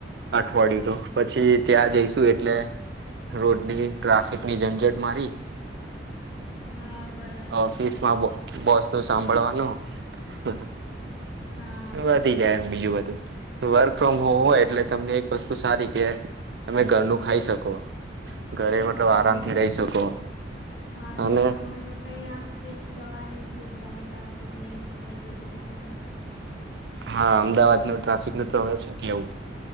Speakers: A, on the right; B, on the left.
A: અઠવાડિયું તો પછી ત્યાં જઈશું એટલે રોડની ટ્રાફિક ની ઝંઝટ મારી
B: હા બરાબર
A: ઓફિસમાં બોસ ન સાંભળવા <inaudible> <inaudible>
B: હા
A: વાત જાય બીજું વાત વર્ક ફ્રોમ હોમ હોય એટલે તમને એક વસ્તુ સારી કે તમે ઘરનું ખાઈ શકો ઘરે મતલબ
B: હા
A: આરામથી
B: ને
A: રહી શકો
B: હા ને
A: અને
B: અમે એવું કઈ આમ કઈક જવાની ચિંતા નહી ટ્રાફિક ન ન બધું કશું
A: હા અમદાવાદ નું ટ્રાફિક ન તો હવે શું કે લવું